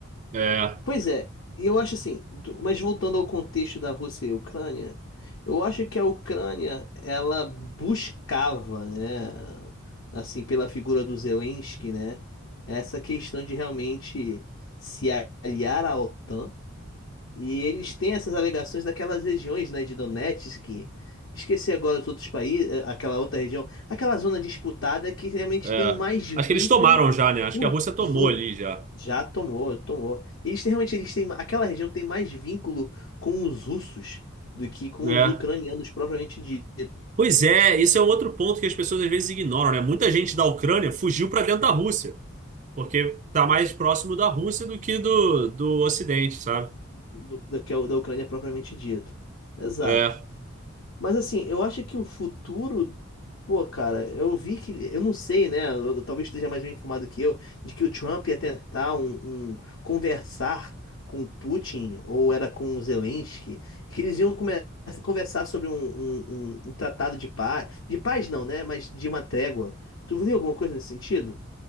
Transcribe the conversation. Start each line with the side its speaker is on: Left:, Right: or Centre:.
Right: É,
Left: Pois é, e eu acho assim, do- mas voltando ao contexto da Rússia e Ucrânia, eu acho que a Ucrânia, ela buscava, né, assim, pela figura do Zelensky, né, essa questão de realmente se aliar à OTAN e eles têm essas alegações daquelas regiões, né, de Donetsk, esqueci agora os outros países, eh, aquela outra região, aquela zona disputada que realmente
Right: é.
Left: tem mais vínculo
Right: Acho que eles tomaram já, né? Acho
Left: com
Right: que a Rússia tomou
Left: os u-
Right: ali já.
Left: Já tomou, tomou. E Eles têm, realmente eles têm, aquela região tem mais vínculo com os russos do que com
Right: É.
Left: os ucranianos propriamente dito,
Right: Pois é, esse é um outro ponto que as pessoas às vezes ignoram, né? Muita gente da Ucrânia fugiu para dentro da Rússia, porque tá mais próximo da Rússia do que do, do Ocidente, sabe?
Left: do, do que é o da Ucrânia propriamente dito. Exato.
Right: É.
Left: Mas assim, eu acho que o futuro. Pô, cara, eu vi que. Eu não sei, né? eu- talvez esteja mais bem informado que eu, de que o Trump ia tentar um, um- conversar com o Putin, ou era com o Zelensky, que eles iam come- conversar sobre um, um, um- um tratado de paz. De paz não, né? Mas de uma trégua. Tu viu alguma coisa nesse sentido?